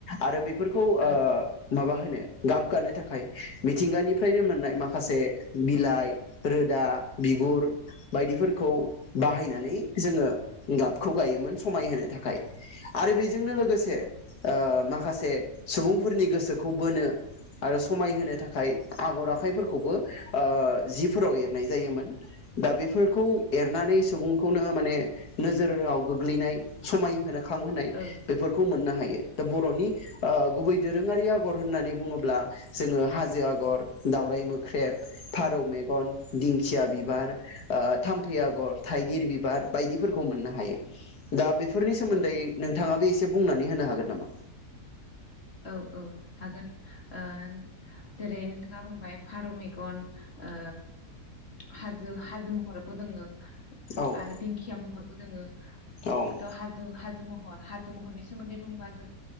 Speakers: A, on the left; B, on the left.
A: आरो बे फोरखौ ओ
B: औ
A: माबा होनो गाब गानो था खाय मिथिंगानिफ्रायनो मोननाय माखासे बिलाइ रोदा बिगुर बायदिफोरखौ बाहायनानै जोङो गाबखौ गायोमोन समाय होनो थाखाय आरो बे जोंनो लोगोसे
B: औ
A: ओ मा खासे सुबुंफोरनि गोसोखौ बोनो आरो समायहोनो थाखाय आगर आखाइफोरखौबो ओ जिफोराव एरनाय जायोमोन, दा बेफोरखौ एरनानै सुबुंखौनो माने नोजोरराव गोग्लैनाय समाय होनो खां होनाय
B: औ
A: बेफोरखौ मोननो हायो दा बर'नि ओ गुबै दोरोङारि आगर होननानै बुङोब्ला जोङो हाज जो आगर दावराय मोख्रेब फारौ मेगन दिंखिया बिबार आ थाम्फै आगर थाइगिर बिब बार बायदिफोरखौ मोननो हायो दा बेफोरनि सोमोन्दै
B: औ
A: नोंथाङाबो एस से बुंनानै होनो हागोन नामा
B: औ -औ हागोन ओ जेरै नोंथाङा बुंबाय फारौ मेगन ओ हाजो हाजो महरबो दोङो
A: औ
B: आरो दिंखिया महर बो दोङो
A: औ
B: त हाजु हाजु महर हाज जो महरनि सोमोनदै बुंबा ज